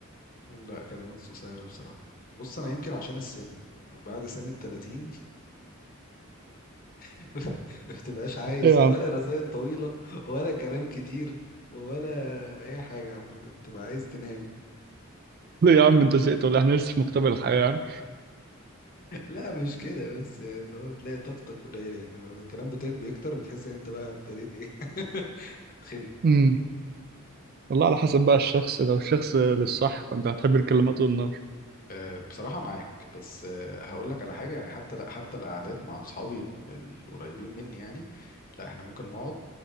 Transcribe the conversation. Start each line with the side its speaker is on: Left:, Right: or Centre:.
Left: لا كلمات قصيرة بصراحة بص أنا يمكن عشان السن بعد سن التلاتين <laughs> ما بتبقاش عايز
Right: إيه يا
Left: ولا
Right: عم؟
Left: رسائل طويلة ولا كلام كتير ولا أي حاجة عامة بتبقى عايز تنام
Right: ليه يا عم أنت زهقت ولا إيه؟ إحنا لسه في مقتبل الحياة يعني؟
Left: <laughs> لا مش كده بس يعني اللي هو بتلاقي طاقتك قليلة يعني لما الكلام بتك- بيكتر بتحس إن أنت بقى ابتديت إيه <laughs> تتخنق
Right: امم والله على حسب بقى الشخص لو الشخص للصح فأنت هتحب الكلمات والنار
Left: آه، بصراحة معاك بس آه، هقول لك على حاجة يعني حتى لا حتى القعدات مع أصحابي الم- القريبين مني يعني لا احنا ممكن نقعد